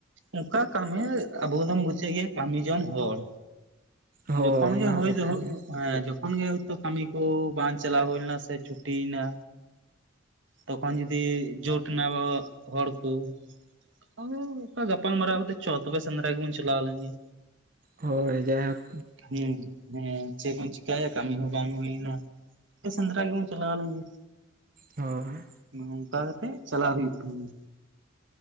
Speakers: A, on the right; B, on the right.
A: ᱚᱝᱠᱟ ᱠᱟᱹᱢᱤ ᱟᱵᱚ ᱫᱚᱢ ᱵᱩᱡᱽᱼᱮᱜ ᱜᱮᱭᱟ ᱠᱟᱹᱢᱤ ᱡᱚᱢ ᱦᱚᱲ,
B: ᱦᱚ
A: ᱡᱚᱠᱷᱚᱱ
B: ᱚᱱᱟ
A: ᱜᱮ
B: ᱦᱚᱸ
A: ᱦᱩᱭ
B: ᱠᱟᱛᱷᱟ
A: ᱫᱚᱦᱚᱜᱼᱚᱜ
B: ᱜᱮ
A: ᱦᱮᱸ ᱡᱚᱠ ᱠᱷᱚᱱ ᱜᱮ ᱦᱚᱭᱛᱚ ᱠᱟᱹᱢᱤ ᱠᱚ ᱵᱟᱝ ᱪᱟᱞᱟᱣ ᱦᱩᱭ ᱞᱮᱱᱟ ᱥᱮ ᱪᱷᱩᱴᱤᱭᱮᱱᱟ ᱛᱚᱠᱷᱚᱱ ᱡᱩᱫᱤ ᱡᱳᱴ ᱮᱱᱟ ᱟᱵᱟᱵᱟᱜ ᱦᱚᱲ ᱠᱳ, ᱦᱚ, ᱚᱠᱟ ᱜᱟᱯᱟᱞ ᱢᱟᱨᱟᱣ ᱠᱟᱛᱮ ᱪᱚ ᱛᱚᱵᱮ ᱥᱮᱸᱫᱽᱨᱟ ᱜᱮᱵᱚᱱ ᱪᱟᱞᱟᱣ ᱞᱮᱱ ᱜᱮ।
B: ᱦᱳᱭ ᱡᱟᱭᱦᱩᱠ
A: ᱦᱩᱸ, ᱦᱮᱸ ᱪᱮᱜ ᱵᱚᱱ ᱪᱤᱠ ᱠᱟᱭᱟ, ᱠᱟᱹᱢᱤ ᱦᱚᱸ ᱵᱟᱝ ᱦᱩᱭ ᱞᱮᱱᱟ ᱪᱚ ᱥᱮᱸᱫᱽᱨᱟ ᱜᱮᱵᱚᱱ ᱪᱟᱞᱟᱣ ᱞᱮᱱ ᱜᱮ।
B: ᱦᱳᱭ।
A: ᱜᱚᱝᱠᱟᱣ ᱠᱟᱛᱮᱜ ᱪᱟᱞᱟᱜ ᱦᱩᱭᱩᱜ ᱛᱟᱢᱟ।